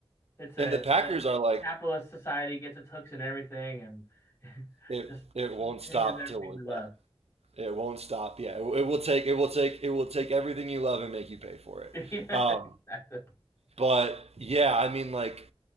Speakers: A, on the left; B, on the right.
A: it's a
B: And the Packers
A: it's a
B: are like,
A: capitalist society gets its hooks in everything and <laughs>
B: it
A: just
B: it won't
A: changes
B: stop
A: everything
B: till we're
A: we
B: dead.
A: love.
B: It won't stop. Yeah. It, it will take it will take it will take everything you love and make you pay for it.
A: <laughs> Yeah,
B: Um,
A: exactly.
B: but yeah, I mean like